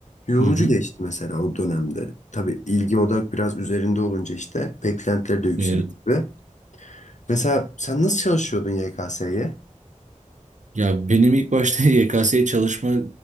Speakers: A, on the left; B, on the right.
A: yorucu
B: Hı hı.
A: geçti mesela o dönemde. Tabii ilgi odak biraz üzerinde olunca işte beklentileri de yükseliyor
B: Evet.
A: tabii. Mesela sen nasıl çalışıyordun YKS'ye?
B: Ya benim ilk başta <laughs> YKS'ye çalışma